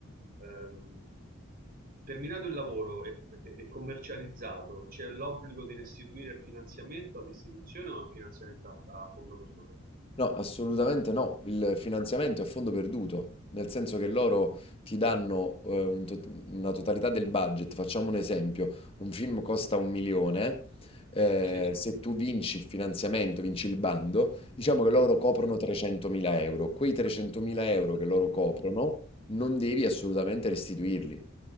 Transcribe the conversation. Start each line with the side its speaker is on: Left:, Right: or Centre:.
Right: ehm, terminato il lavoro e, e- e commercializzato, c'è l'obbligo di restituire il finanziamento all'istituzione o è un finanziamento a, a fondo perduto?
Left: No, assolutamente no. Il finanziamento è a fondo perduto, nel senso che loro ti danno eh, un tot- una totalità del budget. Facciamo un esempio: un film costa un milione. eh,
Right: Sì,
Left: se tu vinci il finanziamento, vinci il bando, diciamo che loro coprono 300.000 euro. Quei 300.000 euro che loro coprono non devi assolutamente restituirli.